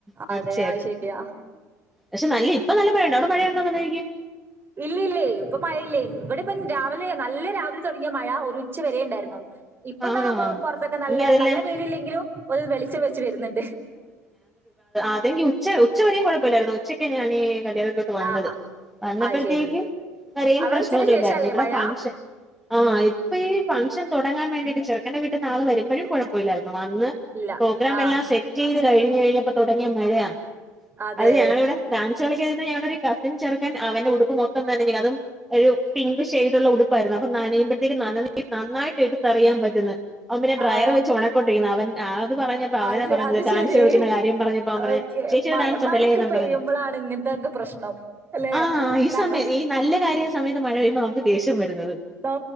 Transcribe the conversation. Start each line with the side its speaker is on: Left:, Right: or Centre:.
Centre: തീർച്ചയായിട്ടും
Right: അതെ അത് ശരിയാ
Centre: പക്ഷെ നല്ലെ ഇപ്പ നല്ല മഴണ്ട് അവിടെ മഴയുണ്ടോ <unintelligible> നെക്കും
Right: ഇല്ല ല്ലെയ് ഇപ്പ മഴയിലെയ് ഇവിടെ ഇപ്പം രാവിലെ നല്ല രാവിലെ തൊടങ്ങിയ മഴ ഒരു ഉച്ച വരെ ണ്ടായിരുന്നു ഇപ്പം
Centre: ആണോ
Right: ദാ പ്പം പൊറത്തൊക്കെ നല്ലെ
Centre: എനിക്കതെല്ലാം
Right: നല്ല വെയില് ഇല്ലെങ്കിലും ഒരു വെളിച്ചം വെച്ച് വരുന്ന്ണ്ട്
Centre: അതേങ്കി ഉച്ച ഉച്ചവരെയും കൊഴപ്പല്ലായിരുന്നു ഉച്ചക്ക് ഞാനീ കേറിതൊട്ട് വന്നത്
Right: ആ
Centre: വന്നപ്പഴ്ത്തേക്കും
Right: അത് ശരി
Centre: വരെയും
Right: അവിടെ
Centre: പ്രശ്നൊന്നുല്ലായിരുന്നു
Right: ഉച്ചന് ശേഷല്ലേ
Centre: ഇവിടെ
Right: മഴ
Centre: ഫംഗ്ഷൻ ആഹ് ഇപ്പം ഈ ഫംഗ്ഷൻ തൊടങ്ങാൻ വേ ണ്ടി ചെർക്കന്റെ വീട്ട്ന്ന് ആള് വര്മ്പഴും കൊഴപ്പല്ലായിരുന്നു വന്ന്
Right: ഇല്ല
Centre: പ്രോഗ്രാമെല്ലാം
Right: ആ
Centre: സെറ്റെയ് ത് കഴിഞ്ഞേഞ്ഞപ്പം തൊടങ്ങിയ മഴയാ
Right: അതെ
Centre: അത് ഞങ്ങളിവിടെ ഡാൻസ് കളി <unintelligible> ഞങ്ങളൊരു കസിൻ ചെർക്കൻ അവന്റെ ഉടുപ്പ് മൊത്തം നനഞ്ഞു അതും ഒരു പിങ്ക് ഷെയ്ഡുള്ള ഉടുപ്പായിരുന്നു അപ്പം നനയുമ്പഴെത്തേക്കും നന നന്നായിട്ട് എടുത്തെറിയാൻ പറ്റുന്ന് അവൻ പിന്നെ ഡ്രയറ്
Right: ആ
Centre: വെച്ച് ഒണക്കൊണ്ടിരിക്കുന്നു അവൻ അത് പറഞ്ഞപ്പം അവനെ
Right: അത്
Centre: പറഞ്ഞത്
Right: അത്
Centre: ഡാൻസ്
Right: ശരി
Centre: കളിക്കുന്ന കാര്യം പറഞ്ഞപ്പം അവൻ പറയ
Right: ഓക്കെ
Centre: ചേച്ചിയുടെ
Right: മഴ
Centre: ഡാൻസ്
Right: മഴൊക്കെ പെയ്യുമ്പോഴാണ് ഇങ്ങനത്തെൊക്കെ പ്രശ്നം അല്ലെ
Centre: <unintelligible> ആഹ്‌ ഈ
Right: കാരണം
Centre: സമയം ഈ നല്ല കാര്യ സമയത്ത് മഴ പെയ്യുമ്പോൾ നമുക്ക് ദേഷ്യം വരുന്നത്
Right: ആ